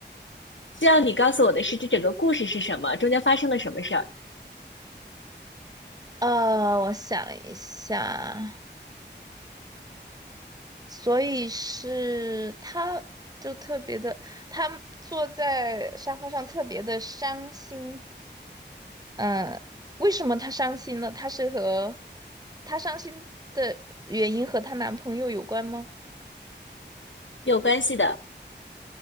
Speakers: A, on the left; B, on the right.
A: 需要你告诉我的是，这整个故事是什么？中间发生了什么事儿？
B: 呃，我想一下，所以是他就特别的，他坐在沙发上特别的伤心，呃，为什么她伤心呢？她是和她伤心的原因和她男朋友有关吗？
A: 有关系的